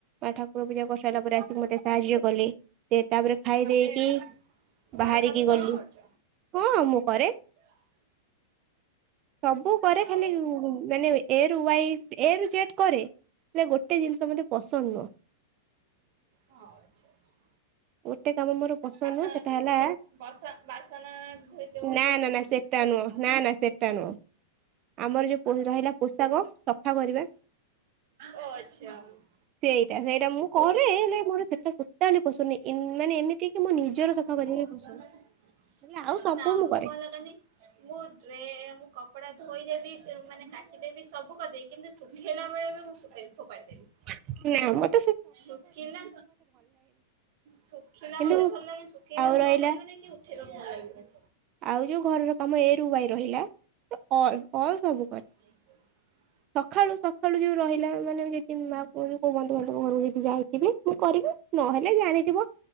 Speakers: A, on the right; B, on the right.
A: ମା ଠାକୁର ପୂଜା କରିସାରିଲା ପରେ ମତେ ଆସିିକି ମତେ ସାହାଯ୍ୟ କଲି। ସେ ତାପରେ ଖାଇ
B: ତମେ
A: ଦେଇେଇକି
B: ତ
A: ବାହାରିକି
B: ଘର କାମ ତମେ
A: ଗଲି।
B: କରୁଛ
A: ହଁ ମୁଁ କରେ ସବୁ କରେ
B: ଆଉ
A: ଖାଲି ଉ ମାନେ ଏ ରୁ ୱାଇ ଏ ର ଜେଟ କରେ ହେଲେ ଗୋଟେ ଜିନିଷ ମତେ ପସନ୍ଦ ନୁହଁ।
B: ହଁ ଆଛା ଆଚ୍ଛା।
A: ଗୋଟେ କାମ ମୋର ପସନ୍ଦ
B: ବାସା
A: ନୁହଁ ସେଟା ହେଲା
B: ବସା ବାସନ ଧୋଇ ଦଉଥିବ
A: ନା ନା
B: ତ?
A: ନା ସେଟା ନୁହଁ ନା ନା ସେଟା ନୁହଁ। ଆମର ଯୋଉ ପୋ ରହିଲାପୋଷାକ ସଫା କରିବା।
B: ଓ ଆଚ୍ଛା
A: ସେଇଟା ସେଇଟା ମୁଁ କରେ ହେଲେ ମୋର ସେଟା ତାଲେ ପଶୁନି ଇ ମାନେ ଏମିତି କି ମୋ ନିଜର
B: ନା
A: ସଫା କରିବା ବି ପସନ୍ଦ। ହେଲେ ଆଉ ସବୁ
B: ମୁଁ
A: କରେ
B: କଗ ଲ କି <unintelligible> ମୁଁ ଡ୍ରେ ମୁଁ କ କପଡା ଧୋଇଦେବି ମାନେ କାଚି ଦେବି ସବୁ କରିଦେବି କିନ୍ତୁ ଶୁଖେଇଲା ବେଳେ ବି ମୁଁ ଶୁଖେଇବି ଫୋପାଡ଼ି ଦେବି।
A: ନାଁମ୍।
B: ଶୁଖିଲା ଶୁଖିଲା
A: କିନ୍ତୁ
B: ମତେ ଭଲ ଲାଗେନି ଶୁଖେଇବାକୁ
A: ଆଉ ରହିଲା
B: ଭଲ ଲାଗିବନ କି ଉ ଉଠେଇବାକୁ ଭଲ ଲାଗି
A: ଆଉ ଯୋଉ ଘରକାମ ଏ ରୁୱାଇ ରହିଲା ଅଲ ଅଲ୍ ସବୁ
B: <unintelligible>
A: ସକାଳୁ ସକାଳୁ ଯୋଉ ରହିଲା ମାନେ ଯଦି ମା କୁ କୋଉ ବନ୍ଧୁ ବାନ୍ଧବ ଘରକୁ ଯଦି ଯାଇଥିବେ ମୁଁ କରିବି ନହେଲେ ଜାଣିଥିବ